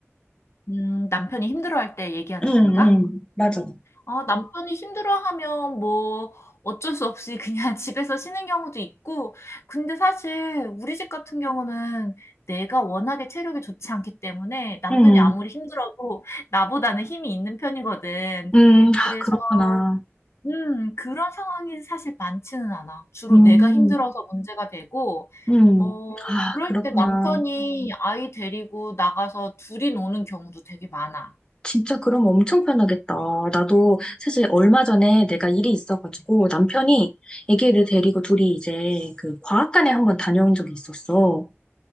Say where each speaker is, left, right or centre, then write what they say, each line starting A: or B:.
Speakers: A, on the left; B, on the left.
A: 음, 남편이 힘들어할 때 얘기하는
B: 응,
A: 건가?
B: 응, 맞아.
A: 아, 남편이 힘들어하면 뭐 어쩔 수 없이 그냥 <laughs> 집에서 쉬는 경우도 있고, 근데 사실 우리 집 같은 경우는 내가 워낙에 체력이 좋지 않기 때문에 남편이
B: 응,
A: 아무리 힘들어도 나보다는 힘이 있는 편이거든.
B: 응,
A: 그래서,
B: 아, 그렇구나.
A: 음, 그런 상황이 사실 많지는 않아. 주로
B: 음,
A: 내가 힘들어서 문제가 되고,
B: 음,
A: 어,
B: 아,
A: 그럴
B: 그렇구나.
A: 때 남편이 아이 데리고 나가서 둘이 노는 경우도 되게 많아.
B: 진짜 그럼 엄청 편하겠다. 나도 사실 얼마 전에 내가 일이 있어가지고 남편이 아기를 데리고 둘이 이제 그 과학관에 한번 다녀온 적이 있었어.